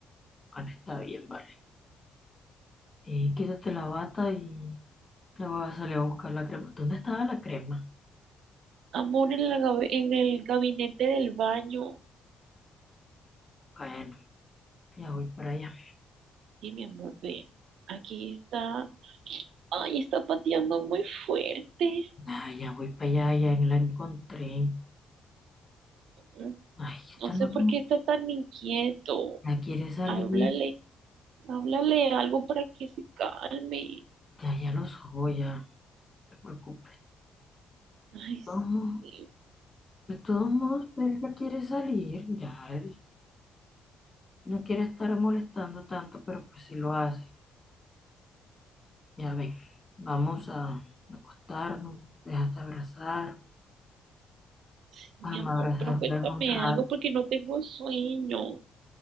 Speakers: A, on the left; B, on the right.
A: Bueno, está bien, vale. Eh, quítate la bata y te vas a salir a buscar la crema. ¿Dónde estaba la crema?
B: Amor, en la gabe- en el gabinete del baño.
A: Bueno, ya voy para allá.
B: Sí, mi amor, ve. Aquí está Ay, está pateando muy fuerte.
A: Ah, ya voy para allá, ya la encontré.
B: Mm,
A: Ay, esta
B: No sé
A: no
B: por
A: se me-
B: qué está tan inquieto.
A: Ya quiere salir.
B: Háblale, háblale algo para que se calme.
A: Ya, ya lo soy, ya. No te preocupes.
B: Ay, sí,
A: Vamos. De todos modos, pues ya quiere salir, ya él no quiere estar molestando tanto, pero pues si lo hace. Ya ven, vamos a acostarnos, déjate abrazar,
B: sí, mi
A: vamos
B: amor,
A: a abrazar,
B: pero cuéntame
A: un rato.
B: algo porque no tengo sueño.